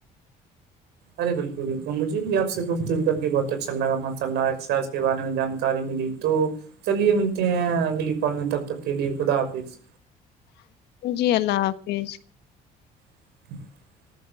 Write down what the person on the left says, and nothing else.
جی اللہ حافظ